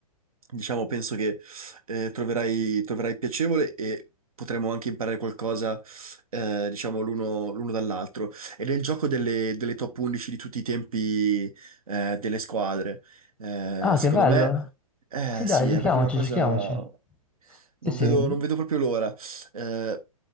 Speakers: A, on the right; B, in the centre.
A: diciamo penso che eh, troverai, troverai piacevole e potremo anche imparare qualcosa, eh, diciamo, l'uno l'uno dall'altro. Ed è il gioco delle, delle top 11 di tutti i tempi eh, delle squadre. Eh,
B: Ah,
A: secondo
B: che bello.
A: me, eh,
B: Sì, dai,
A: sì,
B: giochiamoci,
A: è proprio una cosa.
B: giochiamoci.
A: Non
B: Sì, sì.
A: vedo, non vedo proprio l'ora. Eh,